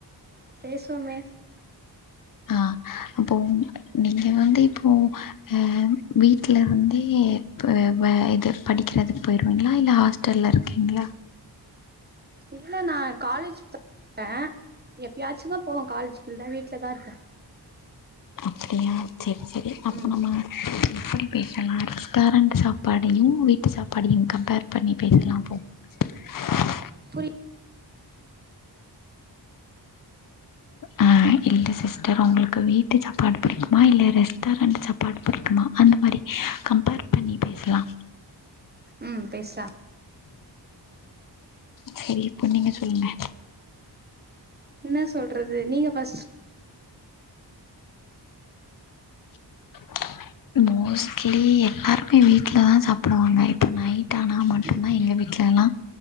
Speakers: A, on the right; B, on the left.
A: பேசுவமே
B: ஆ அப்போ நீங்க வந்து இப்போ ம் வீட்லருந்தே இப்ப வெற எதா படிக்கறதுக் போய்ருவீங்ளா இல்ல ஹாஸ்டல்ல இருக்கீங்ளா
A: இல்ல நா காலேஜ் ஆ எப்பயாச்சுதா போவே காலேஜுக் இல்லனா வீட்லதா இருப்பே
B: அப்டியா சேரி சேரி அப்ப
A: ம்
B: நம்ம எப்படி பேசலா ரெஸ்டாரண்டு சாப்பாடையு வீட்டு சாப்பாடையு கம்பேர் பண்ணி பேசலா அப்போ <unintelligible>
A: புரி
B: அ இல்ல சிஸ்டர் உங்குளுக்கு வீட்டு சாப்பாடு புடிக்குமா இல்ல ரெஸ்டாரண்ட் சாப்பாடு புடிக்குமா அந்த மாரி கம்பேர் பண்ணி பேசலா
A: ம் பேசலா
B: சேரி இப்போ நீங்க சொல்லுங்க
A: என்ன சொல்றது நீங்க ஃபஸ்ட்
B: <unintelligible> மோஸ்ட்லி எல்லாருமே வீட்லதா சாப்புடுவாங்க இப்ப நைட் ஆனா மட்டுதா
A: ம்
B: எங்க வீட் வீட்லலா